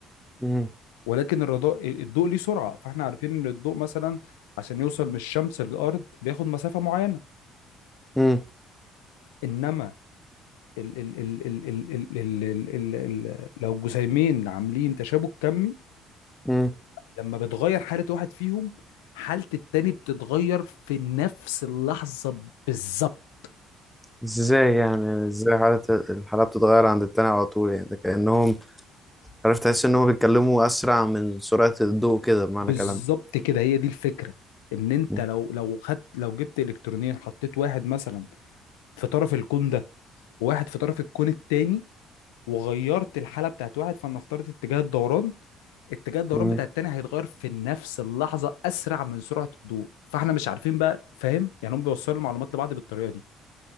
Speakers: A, in the centre; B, on the left.
A: مم،
B: ولكن الرضاء الضوء ليه سرعه فاحنا عارفين ان الضوء مثلا عشان يوصل من الشمس للارض بياخد مسافه معينه
A: مم،
B: انما ال ال ال ال ال ال ال ال ال ال لو الجسيمين عاملين تشابك كمي
A: مم.
B: لما بتغير حاله واحد فيهم حاله التاني بتتغير في نفس اللحظه بالظبط
A: ازاي يعني يعني ازاي حالة الحالة بتتغير عند التاني على طول يعني ده كأنهم عارف تحس انهم بيتكلموا اسرع من سرعة الضوء كده بمعنى
B: بالظبط
A: كلام
B: كده هي دي الفكره ان انت
A: مم،
B: لو لو خدت لو جبت الكترونين حطيت واحد مثلا في طرف الكون ده وواحد في طرف الكون التاني وغيرت الحاله بتاعت واحد فلنفترض اتجاه الدوران اتجاه الدوران
A: مم.
B: بتاع التاني هيتغير في نفس اللحظه اسرع من سرعه الضوء فاحنا مش عارفين بقى فاهم يعني هم بيوصلوا المعلومات لبعض بالطريقه دي